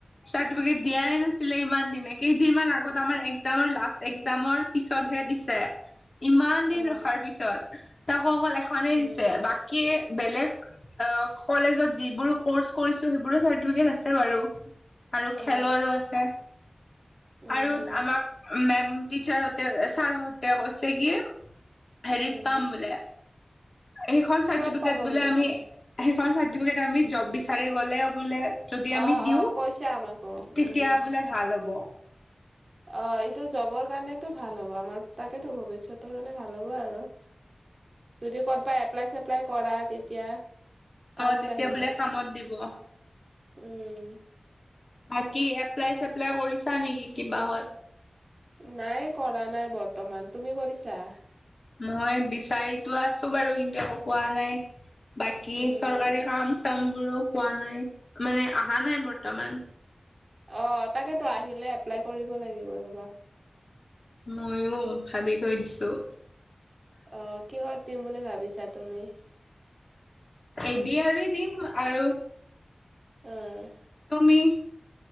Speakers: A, on the left; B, on the right.
A: চাৰ্টিফিকেট দিয়াই নাছিলে ইমান দিনে, কেইদিনমান আগত আমাৰ, এক্সামৰ লাষ্ট এক্সামৰ পিছতহে দিছে। ইমান দিন
B: অ
A: ৰখাৰ পিছত, তাকো অকল এখনেই
B: উম
A: দিছে, বাকী বেলেগ অ' কলেজত যিবোৰ কৰ্চ কৰিছো সেইবোৰ চাৰ্টিফিকেট আছে বাৰু। আৰু
B: অ
A: খেলৰো আছে।
B: উম
A: আৰু আমাক মেম, টিচাৰ হঁতে, ছাৰ হঁতে কৈছে কি হেৰিত
B: উম
A: পাম বোলে। সেইখন চাৰ্টিফিকেট
B: কিহত পাবা
A: বোলে
B: বুলি
A: আমি,
B: কৈছে
A: সেইখন চাৰ্টিফিকেট আমি জব বিচাৰি গ'লে বোলে যদি আমি
B: অ
A: দিওঁ,
B: অ কৈছে আমাকো
A: তেতিয়া
B: উম
A: বোলে ভাল হ'ব।
B: অ', এইটো জবৰ কাৰণেতো ভাল হ'ব আমাৰ, তাকেতো ভবিষ্যতৰ কাৰণে ভাল হ'ব আৰু। যদি ক'তবা এপ্লাই চেপ্লাই কৰা, তেতিয়া কামত
A: অ তেতিয়া
B: আহিব,
A: বোলে কামত দিব
B: উম।
A: বাকী, এপ্লাই, চেপ্লাই কৰিছা নেকি কিবাহত?
B: নাই কৰা নাই বৰ্তমান, তুমি কৰিছা?
A: মই বিচাৰিতো আছোঁ বাৰু, কিন্তু একো পোৱা নাই। বাকী,
B: উম
A: চৰকাৰী কাম-চাম বোৰো পোৱা নাই, মানে আহা নাই বৰ্তমান।
B: অ', তাকেতো আহিলে এপ্লাই কৰিব লাগিব ৰ'বা।
A: মইও ভাবি থৈ দিছোঁ।
B: অ', কিহত দিম বুলি ভাবিছা তুমি?
A: এ ডি আৰ ই দিম, আৰু
B: অ'।
A: তুমি?